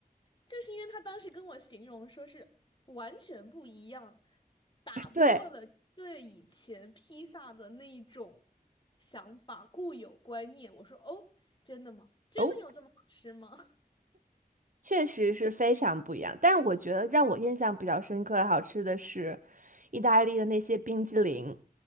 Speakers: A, on the left; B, on the right.
A: 就是因为他当时跟我形容说是完全不一样，打破了对以前披萨的那一种
B: 对，
A: 想法固有观念。我说哦，真的吗？真的有这么好吃吗？
B: 哦，确实是非常不一样。但是我觉得让我印象比较深刻、好吃的是意大利的那些冰激凌，